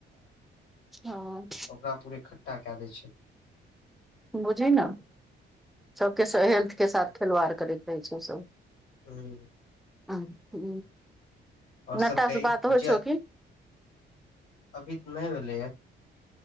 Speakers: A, in the centre; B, on the left.
A: हँ
B: पूरा पुरे खठ्ठटा क दय छै
A: बुझी ने सबके हेल्थ के साथ खेलवाड़ करैत रहै छै सब
B: हुँ
A: हुँ
B: और
A: नेता
B: सब कही
A: स बात होइ
B: गुजिया
A: छौ की
B: अभी तऽ नहि भेलैय